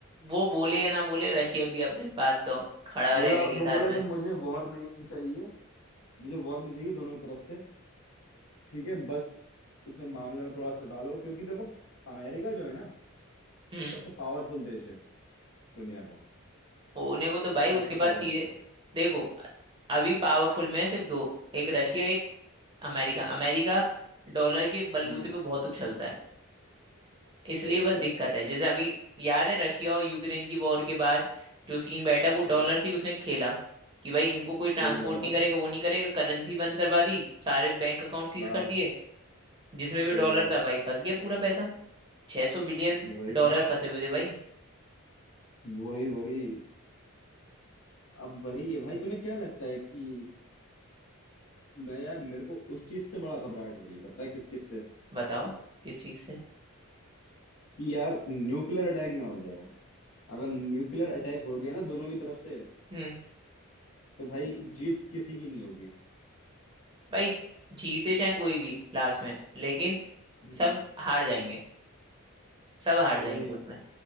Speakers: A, on the right (about 20°); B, on the left (about 70°).
A: वो बोले या ना बोले रशिया भी है अपने पास तो खड़ा
B: बोला
A: रहने के
B: वो
A: लिए साथ
B: बोला
A: में
B: कि मुझे वॉर नहीं चाहिए मुझे वॉर नहीं चाहिए दोनों तरफ से ठीक है बस इसमें मामले में थोड़ा सा डालो क्योंकि देखो अमेरिका जो है ना
A: हम्म
B: वो सबसे पावरफुल देश है दुनिया का
A: होने को तो भाई उसके
B: सबसे
A: बाद
B: पावरफुल
A: सीधे देखो अभी पावरफुल में है सिर्फ दो एक रशिया एक अमेरिका अमेरिका डॉलर के बलबूते
B: हम्म
A: पे बहुत उछलता है इसलिए
B: सही बात
A: बस दिक्कत
B: है
A: है जैसे अभी याद है रशिया और यूक्रेन की वॉर के बाद जो सीन बैठा वो डॉलर
B: हाँ
A: से ही उसने खेला कि भाई इनको कोई ट्रांसपोर्ट
B: सही बात
A: नहीं
B: है
A: करेगा वो नहीं करेगा करेंसी बंद करवा दी सारे बैंक अकाउंट सीज
B: हाँ
A: कर दिए जिसमें भी
B: सही
A: डॉलर
B: बात
A: था भाई
B: है
A: फंस गया पूरा पैसा 600 बिलियन
B: वही
A: डॉलर
B: था
A: फंसे हुए थे भाई
B: वही वही अब वही है भाई तुम्हें क्या लगता है कि मैं यार मेरे को उस चीज से बड़ा घबराहट हो रही है पता है किस चीज से
A: बताओ किस चीज से
B: कि यार न्यूक्लियर अटैक ना हो जाए अगर न्यूक्लियर अटैक हो गया ना दोनों की तरफ से
A: हम्म
B: तो भाई जीत किसी की नहीं होगी
A: भाई जीते चाहे कोई भी लास्ट में लेकिन
B: हम्म
A: सब हार जाएंगे सब हार
B: वही
A: जाएंगे उसमें